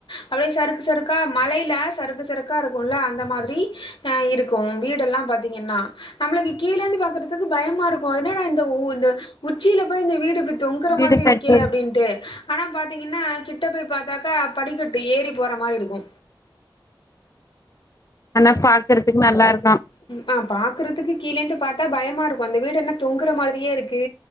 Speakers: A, on the left; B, on the left.
A: அப்டியே சருக் சருக்கா மலைல சருக்கு சருக்கா இருக்குல அந் அந்த மாரி இருக்கு வீடெல்லா பாத்தீங்கன்னா நம்ளுக்கு கீழேந்து பாக்றதுக்கு பயமாருக் என்னடா இந்த உ இந்த உச்சில போய் இந்த வீடு இப்டி தொங்ற
B: வீடு
A: மாதிரிருக்கே
B: கட்டு
A: அப்டின்ட்டு ஆனா பாத்தீங்ன்னா கிட்ட போய் பாத்தாக்கா படிக்கட்டு ஏறி போற மாரி இருக்கு
B: ஆனா பாக்றதுக்கு நல்லாருக்கா
A: ம் ஆ பாக்றதுக்கு கீழேந்து பாத்தா பயமாருக்கு அந்த வீடு என்ன தொங்ற மாரியேருக்கு